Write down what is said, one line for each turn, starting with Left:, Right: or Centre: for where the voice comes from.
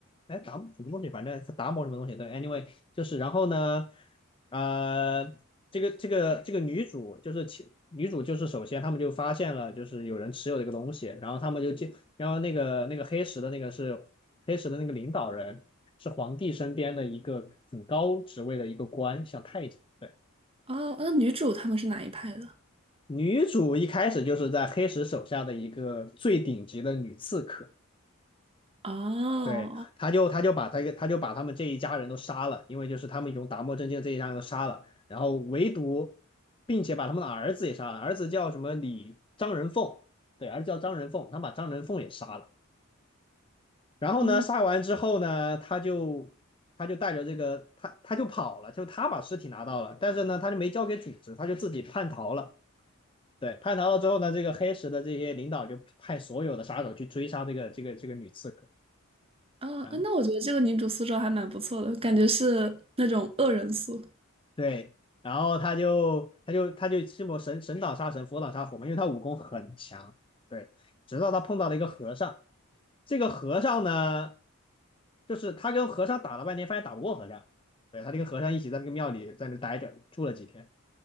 Left: 哎达摩什么东西，反正是达摩什么东西。对，anyway 就是然后呢，呃，这个这个这个女主就是其女主就是首先他们就发现了就是有人持有这个东西，然后他们就进然后那个那个黑石的那个是黑石的那个领导人是皇帝身边的一个很高职位的一个官，像太监。对，
Right: 哦，那女主他们是哪一派的？
Left: 女主一开始就是在黑石手下的一个最顶级的女刺客。
Right: 哦，
Left: 对，他就他就把他他就把他们这一家人都杀了，因为就是他们用达摩真经这一家人都杀了，然后唯独并且把他们的儿子也杀了，儿子叫什么李张仁凤，对，儿子叫张仁凤，他把张仁凤也杀了。然后呢，
Right: 嗯
Left: 杀完之后呢，他就他就带着这个他他就跑了，就他把尸体拿到了，但是呢，他就没交给组织，他就自己叛逃了。对，叛逃了之后呢，这个黑石的这些领导就派所有的杀手去追杀这个这个这个女刺客。
Right: 哦啊那我觉得这个女主塑造还蛮不错的，
Left: 然后
Right: 感觉是那种恶人塑。
Left: 对，然后他就他就他就这么神神挡杀神，佛挡杀佛嘛，因为他武功很强。对，直到他碰到了一个和尚，这个和尚呢。就是他跟和尚打了半天，发现打不过和尚，对他就跟和尚一起在那个庙里在那待着住了几天，